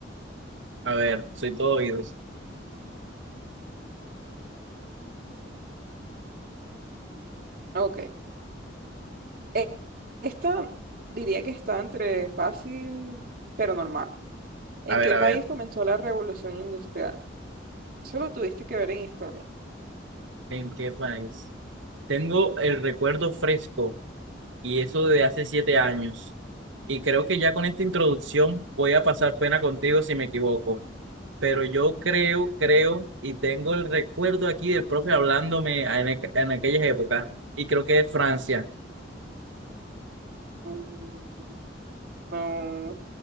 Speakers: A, on the right; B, on the right.
A: A ver, soy todo oídos.
B: Ok. E- Esta diría que está entre fácil pero normal. ¿En
A: A ver,
B: qué
A: a
B: país
A: ver.
B: comenzó la revolución industrial? Solo tuviste que ver en historia.
A: ¿En qué país? Tengo el recuerdo fresco y eso de hace siete años. Y creo que ya con esta introducción voy a pasar pena contigo si me equivoco. Pero yo creo, creo, y tengo el recuerdo aquí del profe hablándome en, aqu- en aquellas épocas, y creo que es Francia.
B: Mm, No,